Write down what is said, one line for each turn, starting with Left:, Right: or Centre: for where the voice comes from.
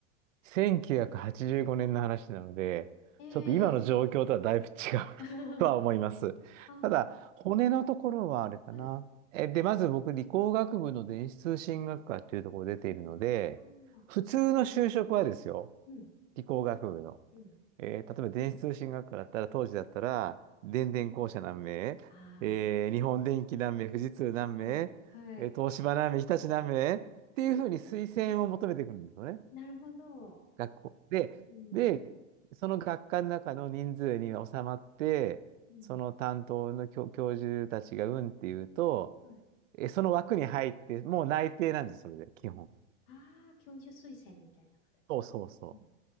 Right: 1985年の話なので、
Left: え
Right: ちょっと今の状況とはだいぶ違う
Left: ー、<laughs>
Right: <laughs> とは思います。
Left: あ、
Right: ただ、骨のところはあれかな。
Left: はい。
Right: え、で、まず僕、理工学部の電子通信学科というところ出ているので、
Left: ああ、
Right: 普通の就職はですよ。
Left: うん、
Right: 理工学部の。
Left: うん。
Right: えー例えば電子通信学科だったら、当時だったら、電電公社何名、
Left: あ
Right: えー日本電機何名、富士通何名、
Left: あ、はい、はい。
Right: えー東芝何名、日立何名っていうふうに推薦を求めていくるんですよね。
Left: <laughs> なるほど。
Right: 学校で、
Left: うん、
Right: で、その学科の中の人数に収まって、
Left: うん、
Right: その担当の教、教授たちがうんっていうと、
Left: はい。
Right: えその枠に入って、もう内定なんです、それで、基本。
Left: ああ、教授推薦みたいな形。
Right: そうそうそう。
Left: うん